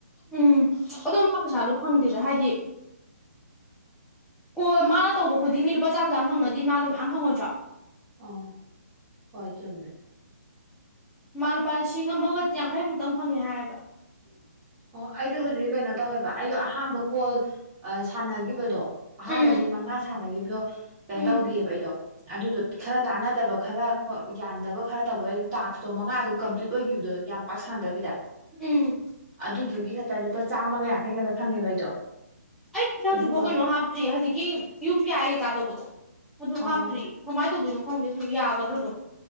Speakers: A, in the centre; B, on the right.
A: ꯎꯝ ꯑꯗꯣ ꯃꯥ ꯄꯩꯁꯥꯗꯣ ꯐꯪꯗꯦꯗ ꯍꯥꯏꯗꯤ ꯀꯣꯜ ꯃꯥꯅ ꯇꯧꯕ ꯈꯨꯗꯤꯡꯒꯤ ꯂꯨꯄꯥ ꯆꯥꯝꯃ ꯆꯥꯝ ꯐꯪꯉꯗꯤ ꯃꯥ ꯗꯣ ꯃꯌꯥꯝ ꯐꯪꯉꯣꯏꯗ꯭ꯔꯣ
B: ꯑ ꯍꯣꯏ ꯆꯨꯝꯃꯦ
A: ꯃꯥ ꯂꯨꯄꯥ ꯂꯤꯁꯤꯡ ꯑꯃꯒ ꯌꯥꯡꯈꯩꯃꯨꯛꯇꯪ ꯐꯪꯉꯦ ꯍꯥꯏꯌꯦꯕ
B: ꯑꯣ ꯑꯩꯗꯣ ꯍꯧꯖꯤꯛ ꯀꯩꯅꯣ ꯇꯧꯋꯦꯕ ꯑꯩꯗꯣ ꯑꯍꯥꯟꯕ ꯀꯣꯜ ꯁꯥꯟꯅꯒꯤꯕꯗꯣ ꯑꯍꯥꯟꯕꯒꯤ
A: ꯎꯝ
B: ꯃꯉꯥ ꯁꯥꯟꯅꯒꯤꯕꯗꯣ ꯀꯩꯅꯣ
A: ꯎꯝ
B: ꯇꯧꯒꯤꯌꯦꯕ ꯑꯩꯗꯣ ꯑꯗꯨꯗꯣ ꯈꯔ ꯇꯥꯅꯗꯕ ꯈꯔ ꯌꯥꯟꯗꯕ ꯈꯔ ꯇꯧꯕ ꯑꯗꯨꯝ ꯇꯥꯛꯁꯇꯣ ꯃꯉꯥ ꯑꯗꯨꯝ ꯀꯝꯄ꯭ꯂꯤꯠ ꯑꯣꯏꯒꯤꯕꯗꯣ ꯌꯥꯝ ꯄꯥꯛ ꯁꯥꯟꯅꯗꯕꯤꯗ
A: ꯎꯝ
B: ꯑꯗꯨꯗꯨꯒꯤ ꯈꯛꯇ ꯂꯨꯄꯥ ꯆꯥꯝꯃꯒ ꯌꯥꯡꯈꯩ ꯈꯛꯇ ꯐꯪꯉꯦꯕ ꯑꯩꯗꯣ
A: ꯑꯩꯗꯤ ꯍꯧꯖꯤꯛꯐꯥꯎ
B: ꯑꯗꯨꯒ
A: ꯀꯩꯅꯣ ꯍꯥꯞꯇ꯭ꯔꯤ ꯍꯧꯖꯤꯛꯀꯤ ꯌꯨ ꯄꯤ ꯑꯥꯏ ꯀꯩꯀꯥ ꯇꯧꯕꯗꯣ ꯑꯗꯨ
B: ꯑꯣ
A: ꯍꯥꯞꯇ꯭ꯔꯤ ꯀꯃꯥꯏꯅ ꯇꯧꯗꯣꯏꯅꯣ ꯈꯪꯗꯦ ꯑꯗꯨ ꯌꯥꯒꯗ꯭ꯔꯣꯗꯨꯝ